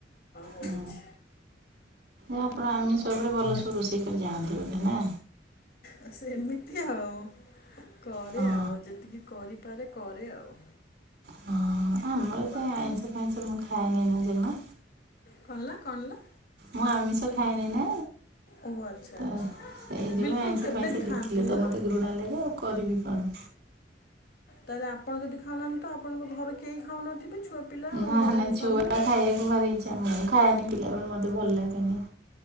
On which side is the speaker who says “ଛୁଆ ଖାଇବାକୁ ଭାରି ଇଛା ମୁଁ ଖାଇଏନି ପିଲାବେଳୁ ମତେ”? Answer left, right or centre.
Right